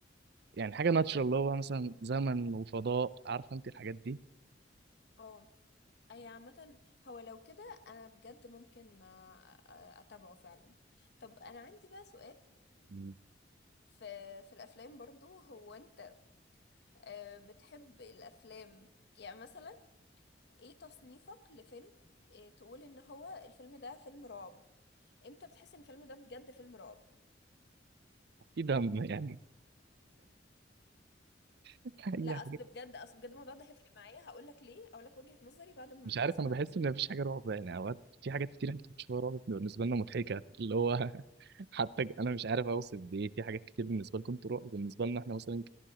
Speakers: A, on the right; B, on the left.
A: يعني حاجة ناتشرال اللي هو مثلا زمن وفضاء عارفة انت الحاجات دي
B: اه هي عامة هو لو كده انا بجد ممكن آه، آه، اتابعه فعلا طب انا عندي بقى سؤال
A: مم.
B: في في الافلام برضو هو انت آه، بتحب الافلام يعني مثلا ايه تصنيفك لفيلم آه، تقول ان هو الفيلم ده فيلم رعب امتى بتحس ان الفيلم ده بجد فيلم رعب
A: في دم يعني <laughs> اي
B: لا
A: حاجة
B: اصل بجد اصل بجد الموضوع ده هيفرق معايا هقولك ليه هقولك وجهة نظري بعد ما
A: مش عارف
B: اسمع
A: انا بحس
B: منك
A: ان مفيش حاجه رعب يعني اوقات في حاجات كتير احنا بنشوفها رعب بتبقى بالنسبه لنا مضحكه اللي هو <laughs> حتى ج- انا مش عارف اوصف بايه في حاجات كتير بالنسبه لكم انتوا رعب بالنسبه لنا احنا مثلا